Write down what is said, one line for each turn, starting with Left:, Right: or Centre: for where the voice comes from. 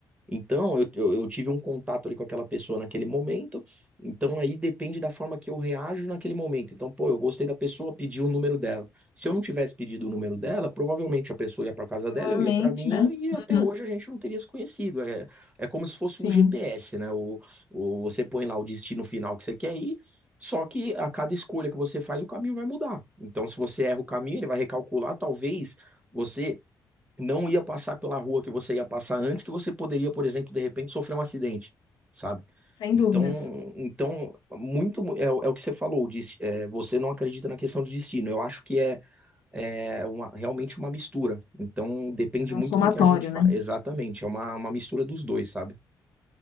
Right: Então, eu, eu, eu tive um contato ali com aquela pessoa naquele momento, então aí depende da forma que eu reajo naquele momento. Então, pô, eu gostei da pessoa, pedi o número dela. Se eu não tivesse pedido o número dela, provavelmente a pessoa ia para casa
Left: provavelmente,
Right: dela, eu ia para minha,
Left: né.
Right: e até
Left: Uhum,
Right: hoje a gente não teria se conhecido. É, é como se fosse
Left: sim,
Right: um GPS, né? O, o, você põe lá o destino final que você quer ir, só que a cada escolha que você faz, o caminho vai mudar. Então, se você erra o caminho, ele vai recalcular, talvez. Você não ia passar pela rua que você ia passar antes, que você poderia, por exemplo, de repente sofrer um acidente, sabe?
Left: sem
Right: Então,
Left: dúvidas.
Right: então muito é, o é o que você falou, dis- é, você não acredita na questão de destino. Eu acho que é, é uma- realmente uma mistura. Então, depende
Left: É
Right: muito
Left: um somatório,
Right: do que a gente faz.
Left: né,
Right: Exatamente, é uma, uma mistura dos dois, sabe?